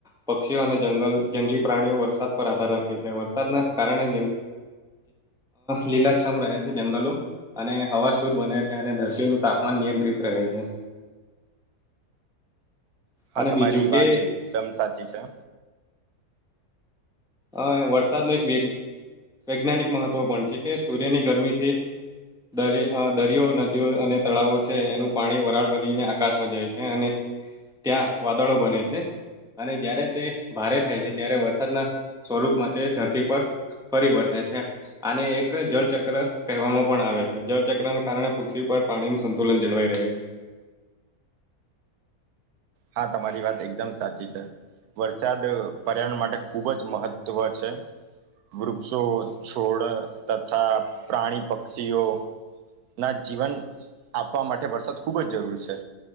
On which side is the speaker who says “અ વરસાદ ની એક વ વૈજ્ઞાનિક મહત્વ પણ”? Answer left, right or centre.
Centre